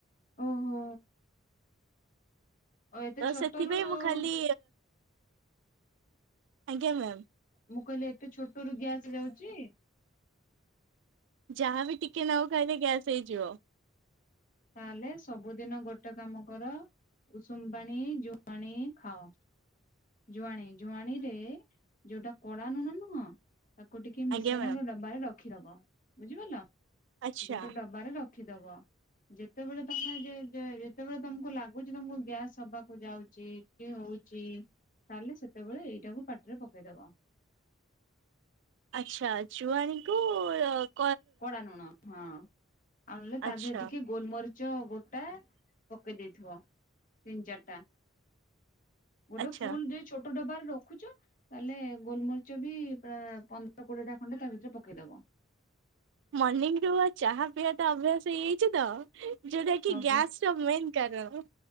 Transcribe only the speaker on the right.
ତ
ସେଥିପାଇଁ
ମୁଁ ଖାଲି ଆଜ୍ଞା ମ୍ୟାମ୍
ଯାହାବି ଟିକେ ନାକୁ ଖାଇଲେ ଗ୍ୟାସ୍ ହେଇଯିବ।
ଆଜ୍ଞା ମ୍ୟାମ୍
ଆଚ୍ଛା।
ଆଛା ଜୁଆଣିକୁ-ଉ-ଉ-ଉ
ଆଚ୍ଛା
ଆଚ୍ଛା।
ମର୍ନିଂ ରୁ ଚାହା ପିଇବା ତ ଅଭ୍ୟାସ ହେଇଯାଇଛି ତ ଯୋଉଟା କି
ଗ୍ୟାସ ର ମେନ୍ କାରଣ।